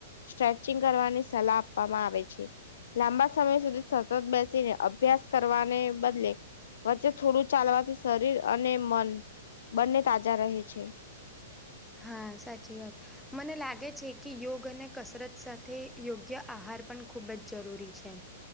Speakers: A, on the left; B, in the centre.
A: સ્ટ્રેચિંગ કરવાની સલાહ આપવામાં આવે છે. લાંબા સમય સુધી સતત બેસીને અભ્યાસ કરવાને બદલે વચ્ચે થોડું. ચાલવાથી શરીર અને મન બંને તાજા રહે છે.
B: હા સાચી વાત. મને લાગે છે, કે યોગ અને કસરત સાથે યોગ્ય આહાર પણ ખૂબ જ જરૂરી છે.